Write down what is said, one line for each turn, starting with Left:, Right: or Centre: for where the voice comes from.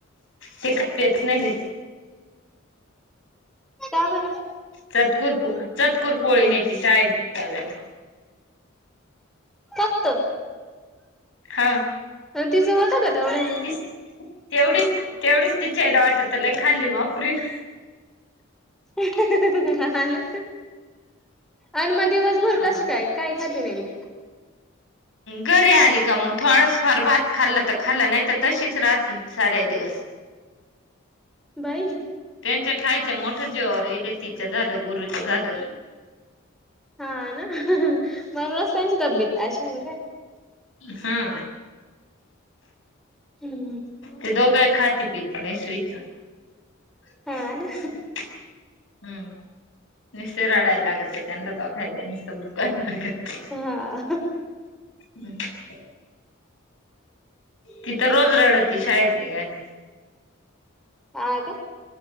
Left: ते का पेत नाही <unintelligible>
Centre: का बरं.
Left: चतकुर पो चतकुर पोळी शाळेत नेते डब्यात.
Centre: फक्त.
Left: हा.
Centre: आणि <unintelligible> का तेवढ्या.
Left: तीस, तेवढीच, तेवढीच तिच्या आईला वाटतं, लय खाल्ली बा पुरीनं.
Centre: <unintelligible> हा ना आणि मग दिवसभर
Left: हा.
Centre: कशी काय? काय खाती नेमकी?
Left: घरी आली का मग थोडाच फार भात खाल्लं तर खाल्लं नाही तर तशीच राहती. सरे दिवस.
Centre: बाई.
Left: त्यांच्या खायच्या मोठ्या जीवावर येते तिच झालं गुरुच झालं.
Centre: हा ना म्हणूनच त्यांच्या तब्येती आशा आहेत की काय.
Left: हा.
Centre: हम्म
Left: ते दोघही खाती पीती नाही स्वीच. हम्म.
Centre: हा ना
Left: नुसत रडायला लागत त्यांना दाखायला नुसत. <unintelligible>
Centre: हा.
Left: <unintelligible> तित रोज रडते शाळेत निघायला.
Centre: हा का